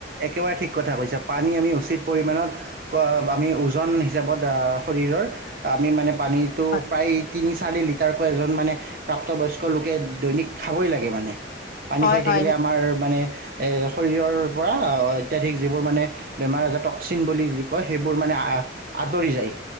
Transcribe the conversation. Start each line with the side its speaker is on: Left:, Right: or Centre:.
Right: একেবাৰে ঠিক কথা কৈছা। পানী আমি, উচিত পৰিমাণত ক আমি ওজন হিচাপত আহ শৰীৰ আমি মানে পানীটো
Left: হয়
Right: প্ৰায় তিনি চাৰি লিটাৰকৈ এজন মানে প্ৰাপ্তবয়স্ক লোকে দৈনিক খাবই লাগে মানে, পানী
Left: হয়
Right: খাই
Left: হয়
Right: থাকিলে
Left: নি-
Right: আমাৰ মানে এই শৰীৰ পৰা অতধিক যিবোৰ মানে বেমাৰ আজাৰ টক্সিন বুলি যি কয়, সেইবোৰ মানে আহ আঁতৰি যায়